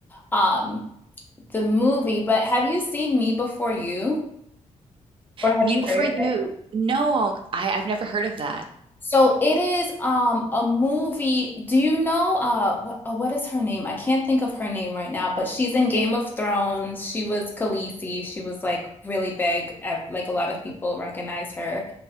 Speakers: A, on the left (about 15°); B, on the right (about 45°).
A: um the movie, but have you seen Me Before You? Or have
B: Me
A: you
B: Before
A: heard
B: You.
A: of it?
B: No, I, I've never heard of that.
A: So it is um a movie. Do you know uh what, uh, what is her name? I can't think of her name right now, but she's in Game of Thrones. She was Khaleesi. She was like really big. uh, Like a lot of people recognize her.